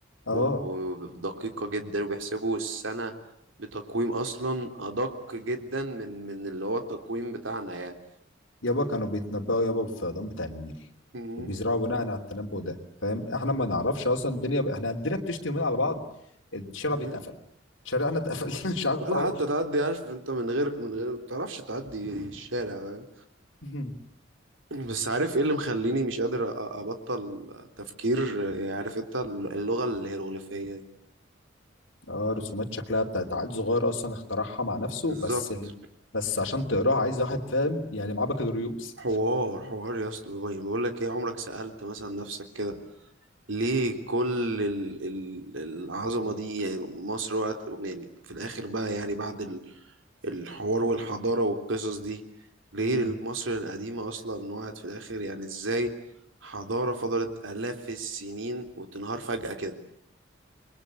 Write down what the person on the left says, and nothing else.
اه
يابا كانوا بيتنبأوا يابا بالفيضان بتاع النيل
وبيزرعوا بناء على التنبؤ ده فاهم احنا ما نعرفش اصلا الدنيا ب... احنا الدنيا بتشتي يومين على بعض الشارع
بيتقفل شارعنا اتقفل <laughs> مش عارف
اروح
<laughs>
اه رسومات شكلها بتاعت عيل صغير اصلا اخترعها مع نفسه
بس ال... بس عشان تقراها عايز واحد فاهم يعني معاه بكالوريوس
امم